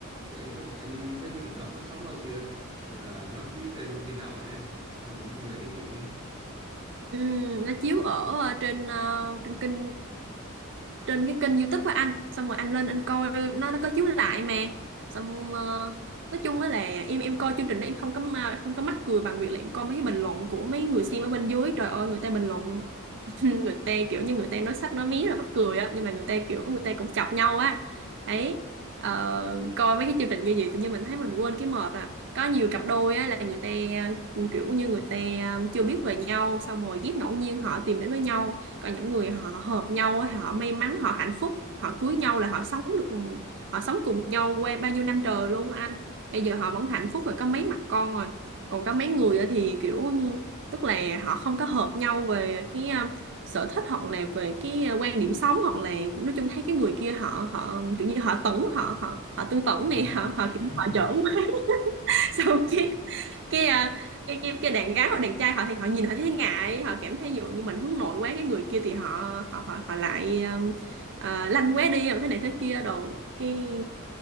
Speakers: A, on the right; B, on the right.
A: thì em có em thấy chương trình đó phát sóng lâu chưa hay là nó chiếu trên kênh nào ấy em anh cũng không để ý kỹ nữa
B: ừ, nó chiếu ở ờ, trên ờ, trên kênh trên cái kênh YouTube của anh xong rồi anh lên anh coi nó nó có chiếu lại mà xong ờ, nói chung á là em em coi chương trình đó em không có ma- không có mắc cười bằng việc là em coi mấy cái bình luận của mấy người xem ở bên dưới trời ơi người ta bình luận nên người ta kiểu như người ta nói sách nói mí là mắc cười á nhưng mà người ta kiểu người ta cũng chọc nhau á ấy ờ, coi mấy cái chương trình như vậy tự nhiên mình thấy mình quên cái mệt à có nhiều cặp đôi á là người ta ừ, kiểu như người ta ừ, chưa biết về nhau xong rồi ghép ngẫu nhiên họ tìm đến với nhau còn những người họ hợp nhau á họ may mắn họ hạnh phúc họ cưới nhau là họ sống được họ sống cùng nhau qua bao nhiêu năm trời luôn á anh bây giờ họ vẫn hạnh phúc rồi có mấy mặt con rồi còn có mấy người á thì kiểu như- tức là họ không có hợp nhau về cái um, sở thích hoặc là về cái ờ, quan điểm sống hoặc là nói chung thấy cái người kia họ họ kiểu như họ tẩn họ họ họ tư tưởng
A: <laughs>
B: này họ họ kiểu họ giỡn <laughs> xong cái cái à, cái cái, cái đàn gái hoặc đàn trai họ thì họ nhìn họ thấy ngại họ cảm thấy ví dụ như mình hướng nội quá cái người kia thì họ họ họ, họ lại um, à, lanh quá đi rồi thế này thế kia đồ cái